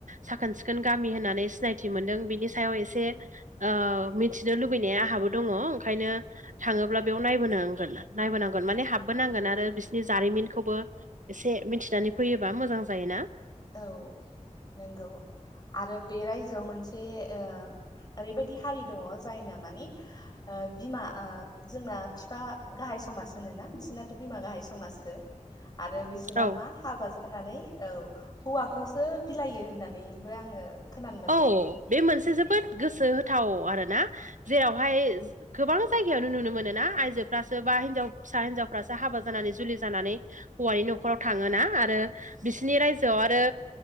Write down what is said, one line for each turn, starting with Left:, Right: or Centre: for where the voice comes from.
Right: साखोन सिखोन गामि होननानै सिनायथि मोनदों बिनि सायाव एसे ओ मिथिनो लुबैनाया आहाबो दङ ओंखायनो थाङोब्ला बेयाव नायबोनांगोन नायबोनांगोन माने हाबबोनांगोन आरो बिसोरनि जारिमिनखौबो एसे मिथिनानै फैयोबा मोजां जायोना।
Left: औ नंगौ आरो बे राय जोआव मोनसे ओ ओरैबायदि हारि दङ जायना माने ओ बिमा ओ जोंना बिफा गाहाय समाज होनोना बिसोरनाथ' बिमा गाहाय समाजसो आरो बिसोरना
Right: औ
Left: मा हाबा जानानै औ हौवाखौसो बिलायो होननानैबो आङो खोनानो मोनदों
Right: औ बे मोनसे जोबोद गोसो होथाव आरोना जेरावहाय गोबां जायगायावनो नुनो मोनो ना आइजोफ्रासो बा हिनजाव फिसा हिनजावफ्रासो हाबा जानानै जुलि जानानै हौवानि नखराव थाङोना आरो बिसिनि रायजोआव आरो